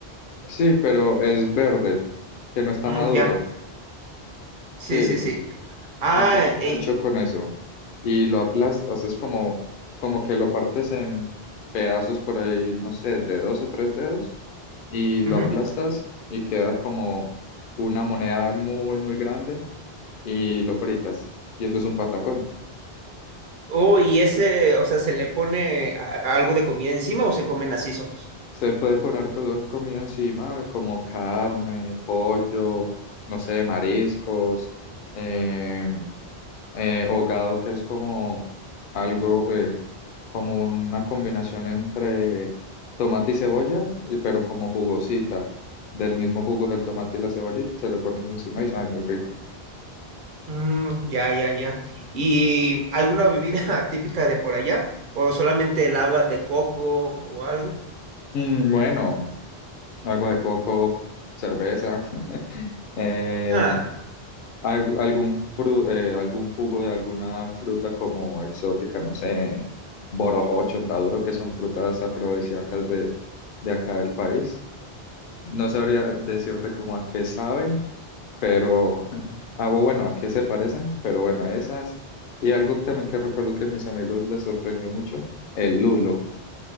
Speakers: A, on the left; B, on the right.
A: Sí, pero es verde, que no está
B: Mm,
A: maduro.
B: ya, sí,
A: Sí,
B: sí, sí. Ah,
A: entonces está
B: ey,
A: hecho con eso. Y lo aplastas, o sea, es como, como que lo partes en pedazos por ahí, no sé, de dos o tres dedos, y lo
B: ujú.
A: aplastas y queda como una moneda muy, muy grande y lo fritas. Y eso es un patacón.
B: Oh, y ese, o sea, ¿se le pone a- a algo de comida encima o se comen así solos?
A: Se puede poner co- comida encima, como carne, pollo, no sé, mariscos. em, eh, o que es como algo, eh, como una combinación entre tomate y cebolla, y- pero como jugosita, del mismo jugo del tomate y la cebolla, y se lo pones encima y sabe muy rico.
B: Mm, ya, ya, ya. ¿Y alguna bebida <laughs> típica de por allá? ¿O solamente el agua de coco o algo?
A: Mm, bueno, agua de coco, cerveza, <laughs> eh,
B: Ah,
A: al- algún, fru- eh, algún jugo de alguna fruta como exótica, no sé, borojó, chontaduro, que son frutas afrodisíacas de, de acá del país. No sabría decirte como a qué saben, pero <laughs> hago bueno, a qué se parecen, pero bueno, esas. Y algo también que recuerdo que a mis amigos les sorprendió mucho, el lulo.